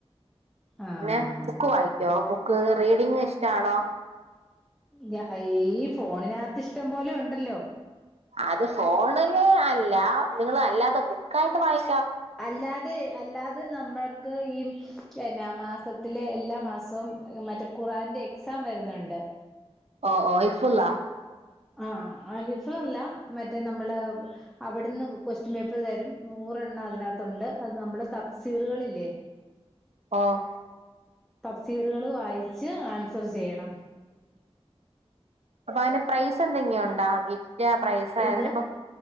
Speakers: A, in the centre; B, on the right.
A: ആഹ്
B: പിന്ന ബുക്ക് വായിക്കോ ബു ബുക്ക് റീഡിംഗ് ഇഷ്ടാണോ
A: ഞ ഈ ഫോണിനാത്ത് ഇഷ്ടം പോലെ ഉണ്ടല്ലോ
B: അത് ഫോണിന് അ ഇല്ല നിങ്ങള് അല്ലാതെ ബുക്കായിട്ട് വായി
A: അല്ലാതെ അല്ലാതെ നമ്മൾക്ക് ഈ പിന്നെ മാസത്തിലെ എല്ലാ മാസവും മറ്റേ ഖുറാന്റെ എക്സാം വരുന്നുണ്ട്
B: ഓ ഓ ഇഫ്ളാ
A: ആ ഹിഫ്ളല്ല മറ്റേ നമ്മള് അവിടുന്ന് കൊക്വസ്റ്റ്യൻ പേപ്പർ തരും നൂറെണ്ണം അതിനാത്തുണ്ട് അത് നമ്മള് തപ്സീറുകളില്ലേ
B: ആഹ്
A: തഫ്സീറുകള് വായിച്ച് ആൻസറ് ചെയ്യണം
B: അപ്പം അയിന് പ്രൈസ് എന്തെങ്കിലും ഉണ്ടോ ഗിഫ്റ്റ് പ്രൈസ്
A: എന്തോ
B: അപ്പം